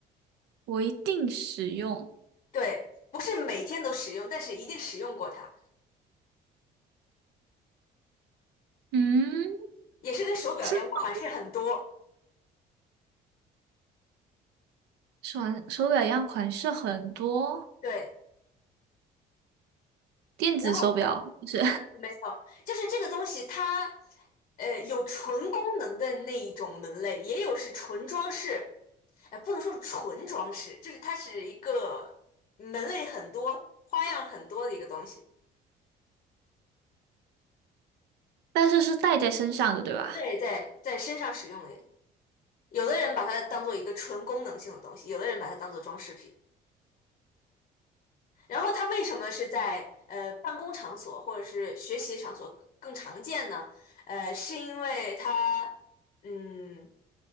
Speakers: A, on the right; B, on the left.
A: 我一定使用。
B: 对，不是每天都使用，但是一定使用过它，
A: 嗯，
B: 也是跟手表一样，
A: 是
B: 款式很多。
A: 手手表一样款式很多，
B: 对，
A: 电子手表不是，
B: 然后没有，就是这个东西它，呃，有纯功能的那一种门类，也有是纯装饰，呃，不能说是纯装饰，就是它是一个门类很多、花样很多的一个东西。
A: <laughs> 但是是戴在身上的，对吧？
B: 对，在在身上使用的，有的人把它当做一个纯功能性的东西，有的人把它当做装饰品。然后它为什么是在呃办公场所或者是学习场所更常见呢？呃，是因为它，嗯，